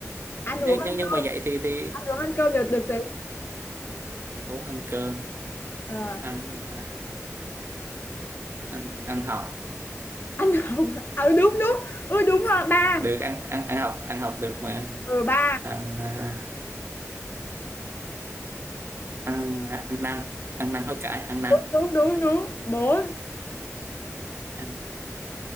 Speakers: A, on the left; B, on the right.
A: ăn
B: nhưng
A: uống ăn,
B: nhưng nhưng mà vậy thì thì
A: ăn uống ăn cơm đều được tính
B: ăn uống ăn cơm
A: Ờ,
B: ăn à, ăn ăn học
A: ăn học à, đúng đúng ừ, đúng rồi ba
B: được ăn ăn ăn học ăn học được mà
A: ừ ba
B: ăn à, ăn à, ăn năn ăn năn hối cải ăn năn
A: đúng đúng đúng đúng bốn
B: ăn